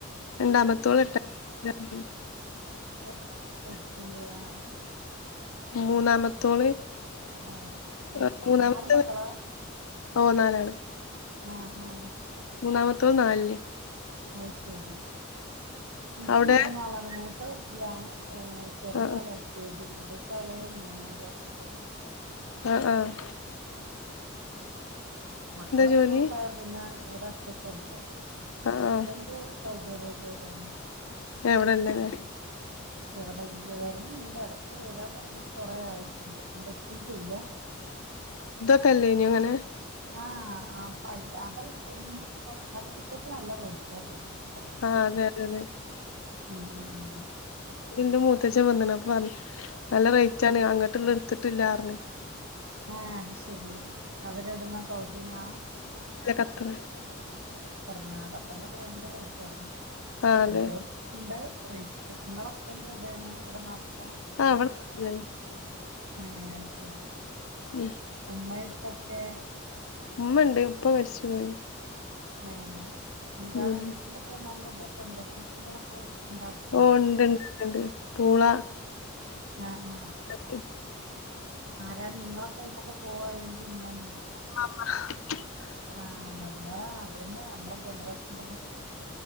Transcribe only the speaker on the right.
യ എട്ടില്ല ആ
ആഹ് അത്
ശരി
നാല് മക്കളാ
ആഹ ആ..
അയ് ശരി ൻക്ക്
മൂന്നാളാണ് മൂത്തെ എട്ടിലാണ്. ഏ ചെറിയാൾ
എൽ കെ ജി നടുത്തള് മൂന്നാം ക്ലാസ്ലുവാ.
മക്കള്
സ്കൂൾകോയ പിന്നെ ഇവിട ഒറ്റക്കെല്ലേ.
ഹസ്ബൻഡ്
സൗദി അറേബ്യയിലാണ്
ല്ല്യ വര്ണ് ണ്ട് അടത്ത് വരാൻ തുടങ്ങിട്ട് കൊറെ ആായിറ്റ്ണ്ട് ഇങ്ങട്ട് എത്തിട്ടില്ല.
ആഹ ആ ഫയ് അതയ് കഴിഞ്പ്പോ ന്നാൽ ടിക്കറ്റ്ന് നല്ല റേറ്റാ തോന്ന് ണ്.
ഉം ഉ ഉം
ആഹ അത് ശരി അവരെവിടുന്നാ സൗദിന്നാ
തൃല കത്തർലൊക്കെ ഭയങ്കര റേറ്റ്ണ്ട്
എല്ലോട് ത്ത് ണ്ട് റേറ്റ് ങ്ങള ഹസ്ബൻഡ് എവിടെയണ് ഇവിടെ നാട്ട താ
ഏ അഹ്ശരി
ഉമ്മയും. ഓക്കെ
എ ന്താണ്
വീട്ടിലൊക്കെ നല്ല ഇതൊക്കെണ്ടോ കൃഷികളൊക്കെ ഇണ്ടാക്കോ
ആഹ ആഹ.
ആരാണ് നിങ്ങള കൈ്മക്ക് പോവാ അല്ലെങ്കി <unintelligible>
ആ. ഞമ്മൾ, അതന്നെ നമ്മളെ ജനറേഷന്റെ പ്രശ്നം.